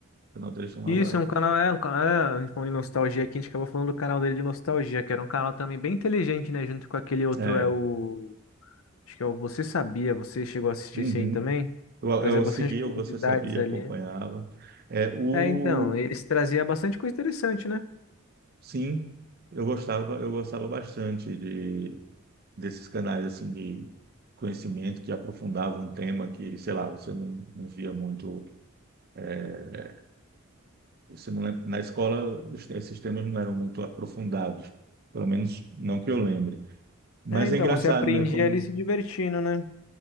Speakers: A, on the right (about 50°); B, on the left (about 75°).
A: O canal dele chamava.
B: Isso, é um canal, é um canal, é, a gente falou de nostalgia aqui, a gente acabou falando do canal dele de nostalgia, que era um canal também bem inteligente, né? Junto com aquele outro,
A: É,
B: é o. Acho que é o Você Sabia, você chegou a assistir
A: uhum.
B: esse aí também?
A: Eu,
B: Trazia
A: eu
B: bastante
A: seguia,
B: curiosidades
A: eu- você sabia,
B: ali.
A: acompanhava. É, o,
B: É, então, eles traziam bastante coisa interessante, né?
A: sim, eu gostava, eu gostava bastante de, desses canais assim de conhecimento que aprofundavam um tema que, sei lá, você não, não via muito. é, você não lem- na escola, os- esses temas não eram muito aprofundados, pelo menos não que eu lembre. Mas
B: É, então,
A: é engraçado,
B: você aprendia
A: né? Como
B: ali se divertindo, né?